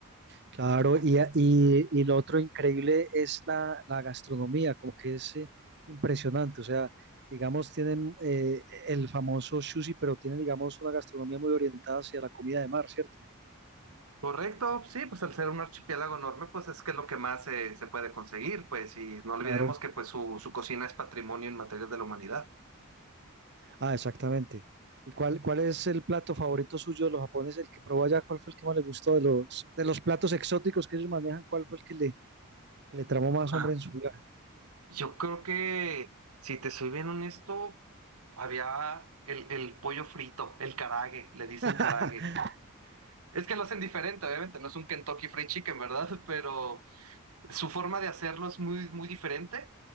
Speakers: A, on the right; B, on the right.
A: Claro, y, a- y, y lo otro increíble es la, la gastronomía, como que es eh, impresionante. O sea, digamos, tienen eh, el famoso sushi, pero tienen, digamos, una gastronomía muy orientada hacia la comida de mar, ¿cierto?
B: Correcto, sí, pues al ser un archipiélago enorme, pues es que es lo que más eh, se puede conseguir, pues, y no olvidemos
A: Claro.
B: que pues su, su cocina es patrimonio en materia de la humanidad.
A: Ah, exactamente. ¿Y cuál, cuál es el plato favorito suyo de los japoneses? El que probó allá, ¿cuál fue el que más le gustó de los, de los platos exóticos que ellos manejan? ¿Cuál fue el que le, que le tramó
B: Ajá.
A: más, hombre, en su vida?
B: Yo creo que, si te soy bien honesto, había el, el pollo frito, el carague, le dicen
A: <laughs>
B: carague. Es que lo hacen diferente, obviamente, no es un Kentucky Fried Chicken, ¿verdad? <laughs> Pero su forma de hacerlo es muy, muy diferente.